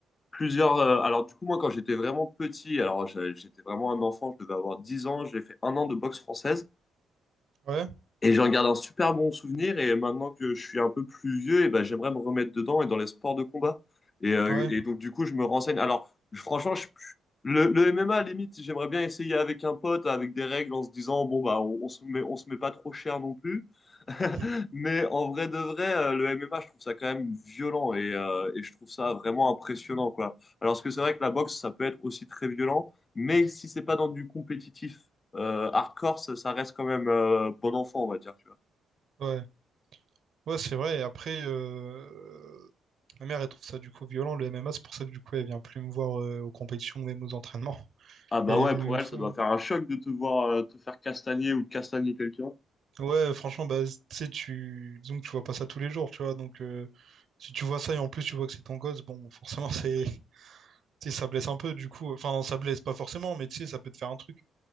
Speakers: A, on the left; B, on the right.
A: plusieurs. euh, alors, du coup, moi, quand j'étais vraiment petit, alors j'a- j'étais vraiment un enfant, je devais avoir 10 ans, j'ai fait un an de boxe française.
B: Ouais,
A: Et j'en garde un super bon souvenir. Et maintenant que je suis un peu plus vieux, et ben, j'aimerais me remettre dedans et dans les sports de combat. Et, euh,
B: ouais,
A: et donc, du coup, je me renseigne. Alors, je- franchement, je- le, le MMA, à la limite, j'aimerais bien essayer avec un pote, avec des règles, en se disant, bon, bah, on, on se met, on se met pas trop cher non plus. <laughs>
B: <laughs>
A: Mais en vrai de vrai, euh, le MMA, je trouve ça quand même violent et, euh, et je trouve ça vraiment impressionnant, quoi. Alors que c'est vrai que la boxe, ça peut être aussi très violent, mais si c'est pas dans du compétitif euh, hardcore, ça, ça reste quand même euh, bon enfant, on va dire, tu vois.
B: ouais. Ouais, c'est vrai. Et après, euh, ma mère, elle trouve ça du coup violent, le MMA. C'est pour ça que du coup, elle vient plus me voir euh, aux compétitions, même aux entraînements.
A: Ah bah
B: Elle
A: ouais,
B: est venue
A: pour
B: une
A: elle,
B: fois.
A: ça doit faire un choc de te voir euh, te faire castagner ou de castagner quelqu'un.
B: Ouais, franchement, bah, tu sais, tu... disons que tu vois pas ça tous les jours, tu vois. Donc, euh, si tu vois ça et en plus tu vois que c'est ton gosse, bon, forcément, c'est, <laughs> tu sais, ça blesse un peu, du coup. Enfin, ça blesse pas forcément, mais tu sais, ça peut te faire un truc.